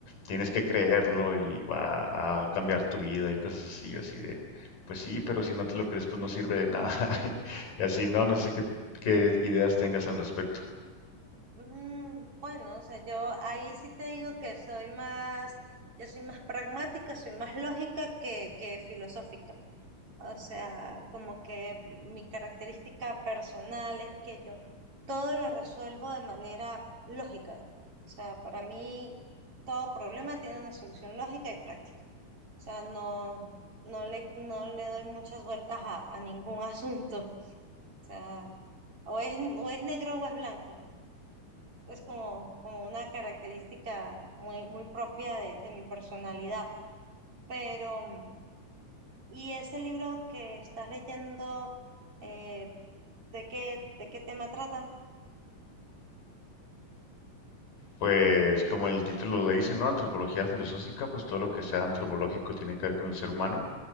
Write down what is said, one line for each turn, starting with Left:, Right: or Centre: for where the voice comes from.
Left: tienes que creerlo y va a cambiar tu vida y cosas así, yo así de, pues sí, pero si no te lo crees, pues no sirve de nada. <laughs> Y así, no, no sé qué ¿Qué ideas tengas al respecto?
Right: mm, bueno, o sea, yo ahí sí te digo que soy más, yo soy más pragmática, soy más lógica que, que filosófica. O sea, como que mi característica personal es que yo todo lo resuelvo de manera lógica. O sea, para mí todo problema tiene una solución lógica y práctica. sea, no, no le, no le doy muchas vueltas a, a ningún <laughs> asunto. O sea, o es, o es negro o es blanco. Es como, como una característica muy, muy propia de, de mi personalidad. Pero, mm, ¿y ese libro que estás leyendo, eh, de qué, de qué tema trata?
Left: Pues como el título lo dice, ¿no? Antropología filosófica, pues todo lo que sea antropológico tiene que ver con el ser humano.